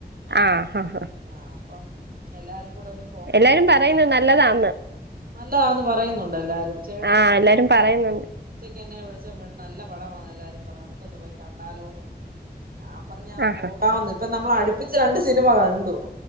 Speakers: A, on the right; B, on the right.
A: ആഹ് ഹ ഹാ,
B: ആഹ് അപ്പം എല്ലാരും കൂടെ ഒന്നു
A: എല്ലാരും പറയുന്നുണ്ട് നല്ലതാണ്ന്ന്,
B: നല്ലതാന്ന് പറയുന്നുണ്ട് എല്ലാരും ചേട്ടനും,
A: ആ എല്ലാരും പറയുന്നുണ്ട്
B: ഉച്ചയ്ക്ക് എന്നെ വിളിച്ചപ്പ നല്ല പടമാണ് എല്ലാവരും പറഞ് നമുക്കൊന്ന് പോയി കണ്ടാലോന്ന്, ഞാൻ പറഞ്
A: ആഹാ
B: പോകാന്ന് ഇപ്പ നമ്മള അടുപ്പിച്ച് രണ്ട് സിനിമ കണ്ടു,